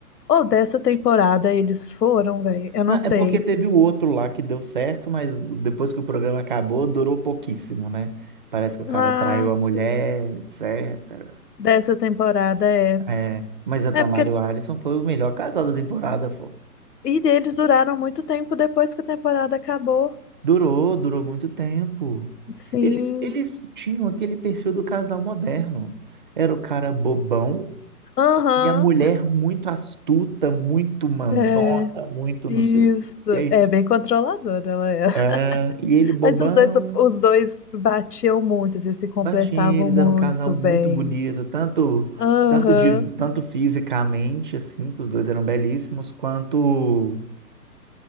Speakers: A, on the left; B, on the right.
A: Ou dessa temporada eles foram, velho? Eu não
B: Não, é
A: sei.
B: porque teve o outro lá que deu certo, mas depois que o programa acabou, durou pouquíssimo, né? Parece que o cara
A: Ah,
B: traiu a
A: sim.
B: mulher, etcétera
A: Dessa temporada é.
B: É, mas a Tamara
A: É porque.
B: e o Alisson foi o melhor casal da temporada, pô.
A: E eles duraram muito tempo depois que a temporada acabou.
B: Durou, durou muito tempo.
A: Sim.
B: Eles, eles tinham aquele perfil do casal moderno. Era o cara bobão,
A: Aham,
B: E a mulher muito astuta, muito mandona,
A: é,
B: muito
A: isso.
B: não sei o quê.
A: É bem controladora ela era. <laughs>
B: É, e ele bobão,
A: Mas os dois, os dois batiam muito, assim, se completavam
B: batinha, eles
A: muito
B: eram um casal
A: bem.
B: muito bonito, tanto
A: Aham,
B: tanto de tanto fisicamente assim, que os dois eram belíssimos, quanto